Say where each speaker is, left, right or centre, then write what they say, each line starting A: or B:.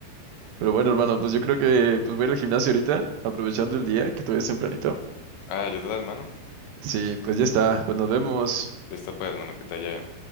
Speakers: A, on the right (about 75°); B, on the left (about 80°).
A: Pero bueno, hermano, pues yo creo que pues voy a ir al gimnasio ahorita, aprovechando el día, que todavía es tempranito.
B: Ah, yo te das, mano.
A: Sí, pues ya está, pues nos vemos.
B: Listo, pues, mano, que te haya bien.